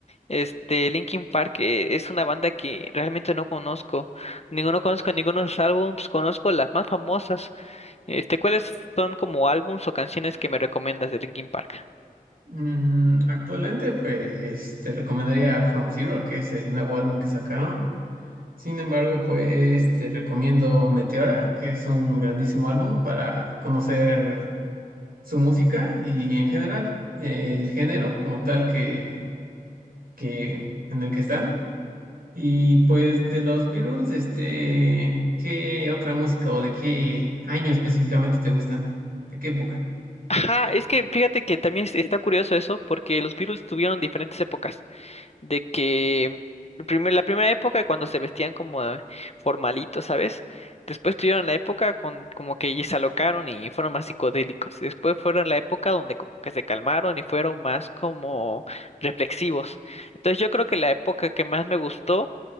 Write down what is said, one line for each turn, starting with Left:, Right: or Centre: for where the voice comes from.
Left: este Linkin Park eh, es una banda que realmente no conozco. Ninguno conozco ninguno de sus álbumes, conozco las más famosas. Este, ¿cuáles son como álbums o canciones que me recomiendas de Linkin Park?
Right: Mm, actualmente pues te recomendaría From Zero, que es el nuevo álbum que sacaron. Sin embargo, pues te recomiendo Meteora, que es un grandísimo álbum para conocer su música y en general el género como tal que, que en el que están. Y pues de los Beatles, este, ¿qué otra música o de qué año específicamente te gustan? ¿De qué época?
Left: Ajá, es que fíjate que también es- está curioso eso, porque los Beatles tuvieron diferentes épocas. de que el primer- la primera época cuando se vestían como formalitos, ¿sabes? Después tuvieron la época con como que y se alocaron y fueron más psicodélicos. Y después fueron la época donde como que se calmaron y fueron más como reflexivos. Entonces yo creo que la época que más me gustó